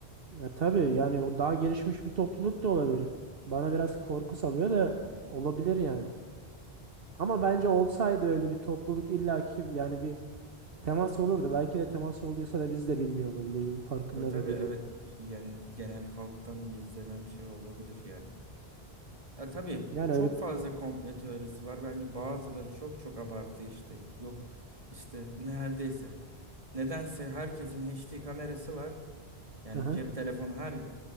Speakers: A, on the right; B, on the right.
A: Ya tabii yani o daha gelişmiş bir topluluk da olabilir. Bana biraz korku salıyor da olabilir yani. Ama bence olsaydı öyle bir topluluk illaki yani bir temas olurdu. Belki de temas olduysa da biz de bilmiyor olabiliriz. Farkında
B: Ya tabii
A: da değilim.
B: evet yani genel halktan gizlenen şey olabilir yani. Ya tabii
A: Yani
B: çok
A: öyle.
B: fazla komplo teorisi var. Bence bazıları çok çok abartı işte. Yok işte neredeyse. Nedense herkesin HD kamerası var. Yani
A: Aha.
B: cep telefonu her